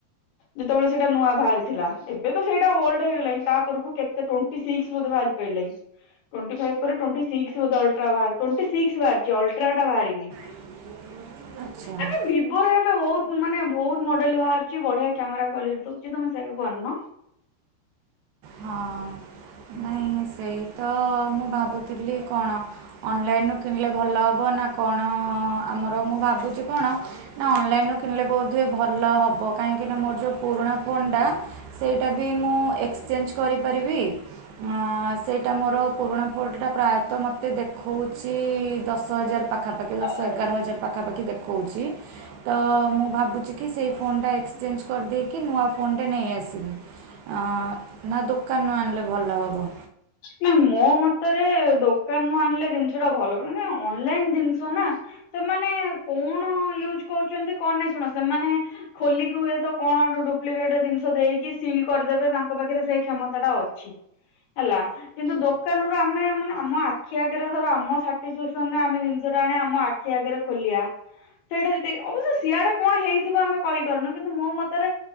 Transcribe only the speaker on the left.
ଯେତେବେଳେ ସେଇଟା ନୂଆ ବାହାରିଥିଲା ଏବେ ତ ସେଇଟା ଓଲଡ ହେଇଗଲାଣି ତାପରକୁ କେତେ ଟୋଣ୍ଟି ସିକ୍ସ ବାହାରି <inaudible> ଟ୍ବେଣ୍ଟି ଫାଇଭ ପରେ ଟ୍ବେଣ୍ଟି ସିକ୍ସ ବୋଧେ ଅଲଟ୍ରା ସିକ୍ସ ବାହାରି ଅଲଟ୍ରାଟ ବାହାରିନି।
ଆବେ ଭିବୋର ଏବେ ବହୁତ ମାନେ ବହୁତ ମଡେଲ ବାହାର ଛି ବଢିଆ କ୍ୟାମେରା କ୍ୱାଲିଟି ଦଉଛି ତମେ ସେୟାକୁ ଆଣୁନ
ଆଣୁନ।
ନା ମୋ ମତରେ ଦୋକାନ ରୁ ଆଣିଲେ ଜିନିଷଟା ଭଲ ହେବ ଅନଲାଇନ ଜିନିଷ ନା ସେମାନେ କଣ ୟୁଜ କରୁଛନ୍ତି କଣ ନାଇଁ ଶୁଣ ସେମାନେ ଖୋଲିକି ହୁଏ ତ କଣ ଡୁପ୍ଲିକେଟ ଜିନିଷ ଦେଇକି ସିଲ୍ କରିଦେବେ ତାଙ୍କ ପାଖରେ ସେ କ୍ଷମତାଟା ଅଛି। ହେଲା। କିନ୍ତୁ ଦୋକାନରୁ ଆମେ ମାନେ ଆମ ଆଖି ଆଗରେ ଧର ଆମ ସାଟିଫାକ୍ସନରେ ଆମେ ଜିନିଷଟା ଆଣିବା ଆମ ଆ ଆଖି ଆଗରେ ଖୋଲିବା। ସେଇଟା ଯଦି ଅବଶ୍ୟ ସିଆଡେ କଣ ହେଇଥିବ ଆମେ କହିପାରୁନୁ କିନ୍ତୁ ମୋ ମତରେ